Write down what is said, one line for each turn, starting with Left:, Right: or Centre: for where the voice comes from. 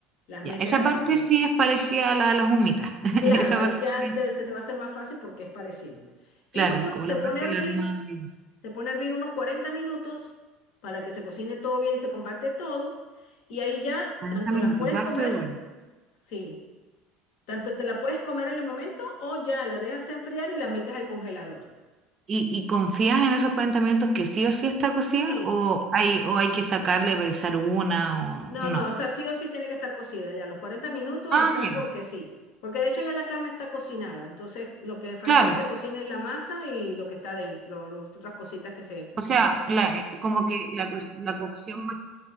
Left: Las
Right: Ya,
Left: metes
Right: esa
Left: así.
Right: parte
Left: todo.
Right: sí es parecida a la de las humitas. <laughs>
Left: Claro,
Right: Esa
Left: ahí
Right: parte
Left: ya
Right: sí,
Left: te- se te va a hacer más fácil porque es parecido. Y
Right: claro,
Left: bueno,
Right: como
Left: se
Right: la
Left: pone
Right: parte
Left: a hervir,
Right: del armado y eso.
Left: se pone a hervir unos 40 minutos para que se cocine todo bien y se compacte todo. Y ahí ya
Right: 40
Left: tanto
Right: minutos,
Left: las puedes
Right: harto
Left: comer.
Right: igual.
Left: Sí, Tanto te la puedes comer en el momento o ya la dejas enfriar y la metes al congelador.
Right: ¿Y, y confías en esos 40 minutos que sí o sí está cocida?
Left: Sí.
Right: ¿O hay, o hay que sacarle y revisar una
Left: No,
Right: o no?
Left: no, o sea, sí o sí tiene que estar cocida ya. Los cuarenta minutos
Right: Ah,
Left: está
Right: ya,
Left: porque
Right: Ok.
Left: sí. Porque de hecho ya la carne está cocinada. Entonces, lo que falta
Right: claro.
Left: que
Right: Ok.
Left: se cocine es la masa y lo que está dentro, lo- las otras cositas que se pusieron.
Right: O sea, la, eh, como que la, co- la cocción más,